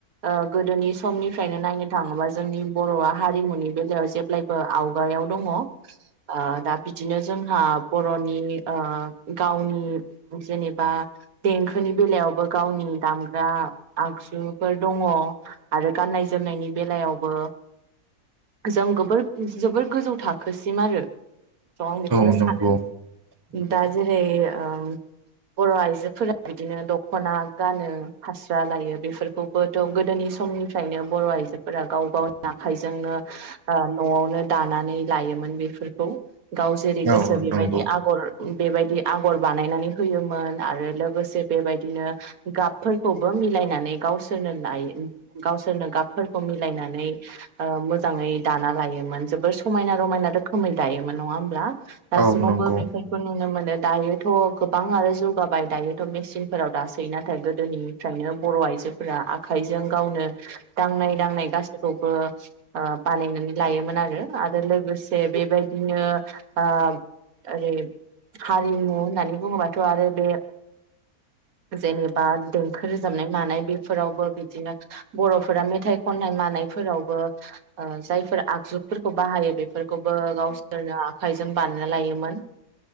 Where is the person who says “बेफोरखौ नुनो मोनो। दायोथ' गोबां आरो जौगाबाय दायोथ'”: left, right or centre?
Right